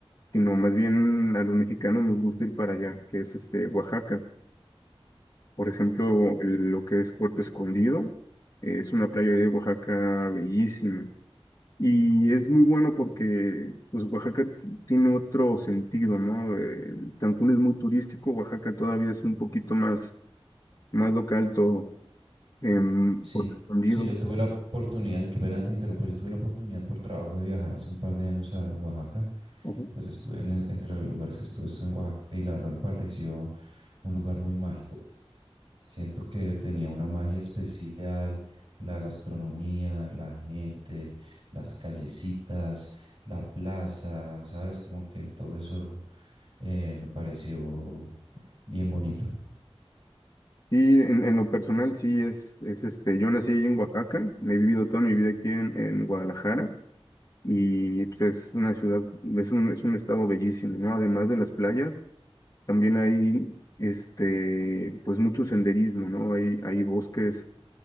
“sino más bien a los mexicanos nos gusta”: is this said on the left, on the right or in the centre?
Left